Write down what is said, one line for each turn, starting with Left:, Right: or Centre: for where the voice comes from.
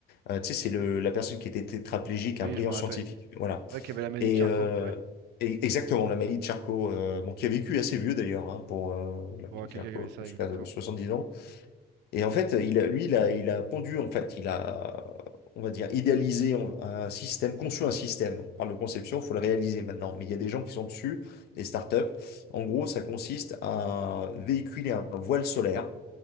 Left: Euh, tu sais, c'est le- la personne qui était tétraplégique,
Right: oui,
Left: un brillant
Right: je me rappelle.
Left: scientifique. Voilà.
Right: Ouais, qu'il y avait la maladie
Left: Et,
Right: de Charcot,
Left: euh,
Right: ouais.
Left: et- exactement, l'Amélie Tcharko, euh, bon, qui a vécu assez vieux d'ailleurs, hein, pour euh, l'Amélie
Right: Pour euh, quelqu'un
Left: Tcharko,
Right: qui avait ça,
Left: jusqu'à
Right: exactement.
Left: 70 ans. Et en fait, il a, lui, il a, il a pondu, en fait, il a, on va dire, idéalisé un un système, conçu un système. On parle de conception, il faut le réaliser maintenant. Mais il y a des gens qui sont dessus, des startups. En gros, ça consiste à véhiculer un voile solaire